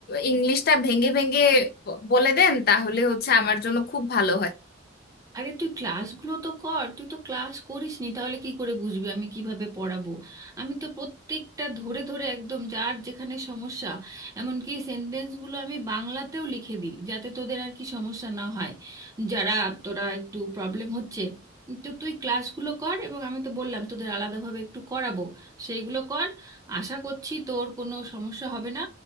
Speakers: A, on the left; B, on the right.
A: ইংলিশটা ভেঙে ভেঙে বলে দেন তাহলে হচ্ছে আমার জন্য খুব ভালো হয়
B: আরে তুই ক্লাসগুলো তো কর তুই তো ক্লাস করিস নি তাহলে কি করে বুঝবি আমি কিভাবে পড়াবো আমি তো প্রত্যেকটা ধরে ধরে একদম যার যেখানে সমস্যা এমনকি সেন্টেন্সগুলো আমি বাংলাতেও লিখে দিই যাতে তোদের আর কি সমস্যা না হয় যারা তোরা একটু প্রবলেম হচ্ছে তো তুই ক্লাসগুলো কর এবং আমি তো বললাম তোদের আলাদাভাবে একটু করাবো সেইগুলো কর আশা করছি তোর কোনো সমস্যা হবে না